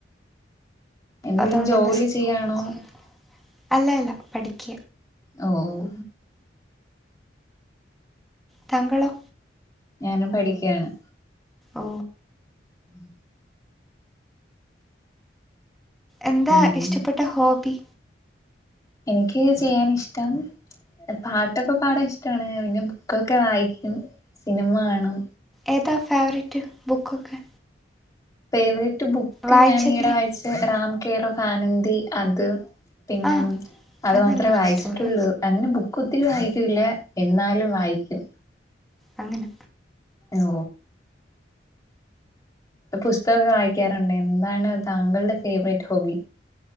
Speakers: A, on the left; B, in the centre.
A: എന്തെലും
B: അതൊണ്ട്ന്ന്
A: ചെയ്യാണോ
B: ജോലി ചെയ്യഅല്ല അല്ല പഠിക്ക
A: ഓ ഓ
B: താങ്കളൊ
A: ഞാനും പഠിക്കയാണ്
B: ഓ
A: ഉം
B: എന്താ
A: ഉം
B: ഇഷ്ടപ്പെട്ട ഹോബി
A: എനിക്ക് ചെയ്യാൻ ഇഷ്ടം പാട്ടൊക്കെ പാടാൻ ഇഷ്ടമാണ് പിന്നെ ബു ക്കൊക്കെ വായിക്കും സിനിമ കാണും
B: ഏതാ ഫേവററ്റ് ബുക്കൊക്കെ
A: ഫേവററ്റ് ബുക്ക്
B: വായിച്ചതില്
A: ഞാൻ ഈടെ വായിച്ച റാം കേറ ആനന്ന്ദി അത് പിന്നെ
B: ആഹ്
A: അത് മാത്രേ
B: നല്ലൊരു
A: വായിച്ചിട്ടൊള്ളൂ
B: സ്റ്റോറി
A: അങ്ങനെ ബുക്ക് ഒത്തിരി വായിക്കില്ല എന്നാലും വായിക്കും
B: അങ്ങനെ
A: ഓ പുസ്തകൊക്കെ വായിക്കാറുണ്ട് എന്താണ് താങ്കളുടെ ഫേവറേറ്റ് ഹോബി